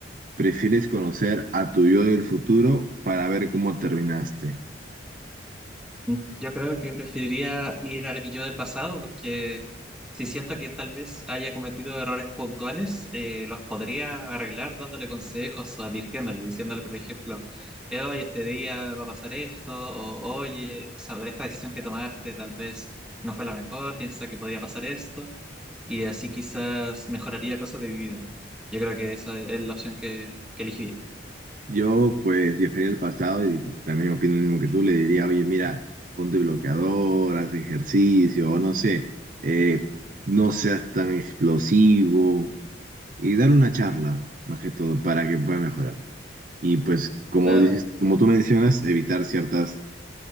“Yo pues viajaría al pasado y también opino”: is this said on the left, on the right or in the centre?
Right